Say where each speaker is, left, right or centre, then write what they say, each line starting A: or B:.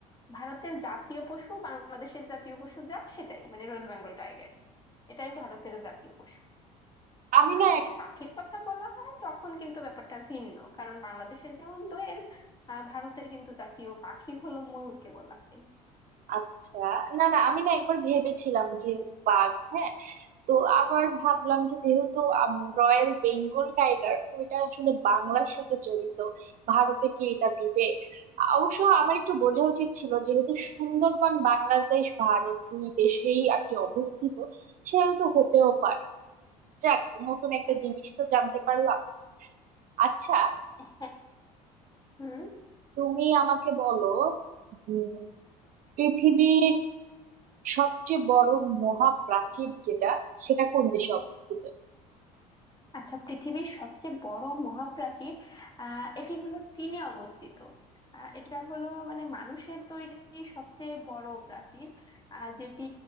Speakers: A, on the left; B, on the right.
A: ভারতের জাতীয় পশু বাংলাদেশের জাতীয় পশু যা সেটাই মানে রয়েল বেঙ্গল টাইগারই এটাই ভারতের জাতীয় পশু
B: আমি
A: আর
B: না
A: যদি
B: এক-
A: পাখির কথা বলা হয় তখন কিন্তু ব্যাপারটা ভিন্ন কারণ বাংলাদেশের যেমন দোয়েল আহ, ভারতের কিন্তু জাতীয় পাখি হলো ময়ূরকে বলা হয়
B: আচ্ছা না না আমি না একবার ভেবেছিলাম যে বাঘ হ্যাঁ তো আবার ভাবলাম যে যেহেতু রয়্যাল বেঙ্গল টাইগার তো এটা আসলে বাংলার সাথে জড়িত ভারতে কি এটা দিবে অবশ্য আমার একটু বোঝা উচিত ছিল যেহেতু সুন্দরবন বাংলাদেশ ভারত দুই দেশেই আর কি অবস্থিত সেহেতু হতেও পারে যাক নতুন একটা
A: হ্যাঁ
B: জিনিস তো জানতে পারলাম আচ্ছা
A: হ্যাঁ হুম
B: তুমি আমাকে বলো উম, পৃথিবীর সবচেয়ে বড় মহাপ্রাচীর যেটা সেটা কোন দেশে অবস্থিত
A: আচ্ছা পৃথিবীর সবচেয়ে বড় মহাপ্রাচীর আহ এটি হলো চীনে অবস্থিত আহ, এটা হলো মানে মানুষের তৈরি সবচেয়ে বড় প্রাচীর আহ, যেটি